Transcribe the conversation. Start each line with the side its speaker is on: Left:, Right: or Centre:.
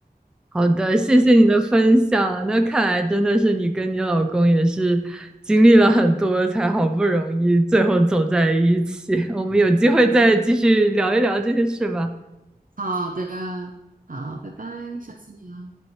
Centre: 好的，谢谢你的分享。那看来真的是你跟你老公也是经历了很多，才好不容易最后走在一起。<laughs> 我们有机会再继续聊一聊这些事吧。
Right: 好的，好，拜拜，下次聊。